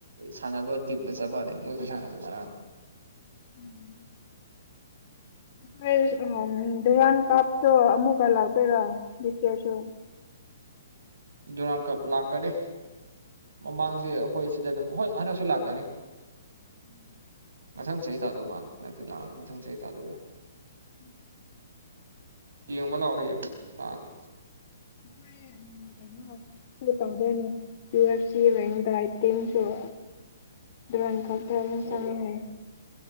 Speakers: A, on the right; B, on the left.
A: ꯁꯥꯟꯅꯕ ꯇꯤꯝ ꯒꯥ ꯆꯞ ꯃꯥꯟꯅꯩ <unintelligible>
B: ꯎꯝ <unintelligible> ꯌꯥꯟ ꯀꯥꯞꯇꯣ ꯑꯃꯨꯛꯀ ꯂꯥꯛꯇꯣꯏꯔ ꯗꯤꯁꯌꯥꯔꯁꯨ
A: ꯗꯨꯔꯥꯟ ꯀꯞ ꯂꯥꯛꯀꯅꯤ ꯃꯃꯥꯡꯗꯤ ꯑꯩꯈꯣꯏ ꯁꯤꯗ ꯑꯗꯨꯝ ꯍꯣꯏ ꯍꯟꯗꯛꯁꯨ ꯂꯥꯛꯀꯅꯤ
B: ꯎꯝ
A: ꯃꯊꯪ ꯆꯍꯤ ꯇꯥꯗꯧ ꯃꯥꯜꯂꯦ ꯍꯟꯗꯛꯇꯤ ꯂꯥꯛꯑꯅꯤ ꯃꯊꯪ ꯆꯍꯤ ꯇꯥꯗꯣꯏꯔꯥ
B: ꯎꯝ
A: ꯌꯦꯡꯕ ꯂꯥꯛꯑꯣ ꯍ ꯌꯦꯡꯕ ꯂꯥꯛꯑꯗꯤ
B: ꯍꯣꯏꯌꯦ ꯎꯝ ꯀꯩꯅꯣ ꯇꯧꯗꯦꯅꯦ ꯌꯨ ꯑꯦꯐ ꯁꯤ ꯔꯦꯡꯗꯇ ꯏꯤꯟꯁꯨꯣ ꯗꯨꯔꯟ ꯀꯞ ꯇ ꯑꯃꯨꯛ ꯆꯪꯉꯦ
A: ꯑꯣ